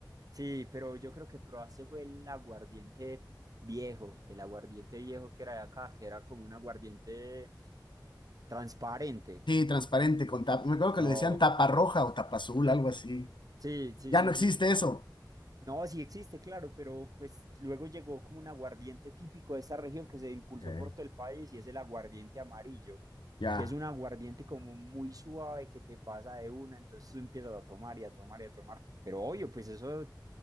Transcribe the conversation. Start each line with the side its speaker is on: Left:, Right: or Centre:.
Right: sí, pero yo creo que probaste fue el aguardiente viejo, el aguardiente viejo que era de acá, que era como un aguardiente transparente.
Left: Sí, transparente, con tapa. Me acuerdo
Right: No,
Left: que le decían tapa roja o tapa azul, algo así.
Right: sí, sí,
Left: Ya
Right: sí,
Left: no existe
Right: sí,
Left: eso.
Right: No, sí existe, claro, pero pues luego llegó como un aguardiente típico de esa región que se impulsó
Left: Ok,
Right: por todo el país y es el aguardiente amarillo,
Left: ya.
Right: que es un aguardiente como muy suave que te pasa de una, entonces tú empiezas a tomar y a tomar y a tomar, pero obvio, pues eso